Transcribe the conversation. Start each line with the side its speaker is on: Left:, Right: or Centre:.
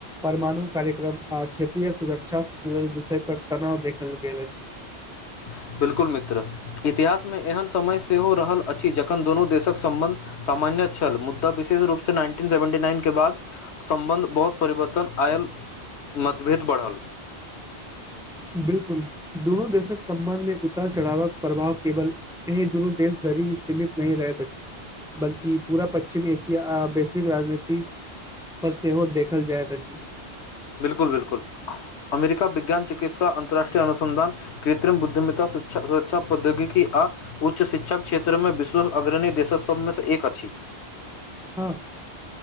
Centre: परमाणु कार्यक्रम आ क्षेत्रीय सुरक्षा से जुड़ल विषय पर तनाव देखल गेल अछि।
Left: <unintelligible> बिल्कुल मित्र इतिहासमे एहन समय सेहो रहल अछि जखन दुनू देशक सम्बन्ध सामान्य छल मुद्दा विशेष रूपसँ नाइनटीन सेवन्टी नाइन के बाद सं्बन्ध बहुत परिवर्तन आ आयल मतभेद बढ़ल।
Centre: बिलकुल दुनू देशक सम्बन्ध मे उतार चढ़ावक प्रभाव केवल एहिी दुनू देश ी सीमित नहि रहै त ची बल्ि पूरा पश्चिम एशिया। आ वैश्विक राजनीति पर सेहो देखल जाइत अछि।
Left: बिलकुल बिलकुल। अमेरिका विज्ान चिकित्सा अन्तर्राष्ट्रीयनसधान कृत्रिम बुद्धिमितता सुरक्षा प्रौद्योगिकी। आ उच्च शिक्षा क्षेत्रमे विश्व अग्रणी देश सभमे से एक अछि।
Centre: हँ